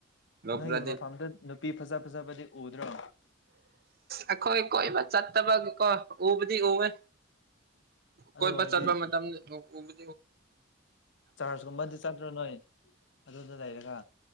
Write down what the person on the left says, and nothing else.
ꯅꯣꯏꯒꯤ ꯃꯐꯝꯗꯨ ꯅꯨꯄꯤ ꯐꯖ ꯐꯖꯕꯗꯤ ꯎꯗ꯭ꯔꯣ
ꯑꯗꯨ
ꯑꯣꯏꯔꯗꯤ
ꯆꯥꯔꯖꯀꯨꯝꯕꯗꯤ ꯆꯠꯇ꯭ꯔꯣ ꯅꯣꯏ ꯑꯗꯨꯗ ꯂꯩꯔꯒ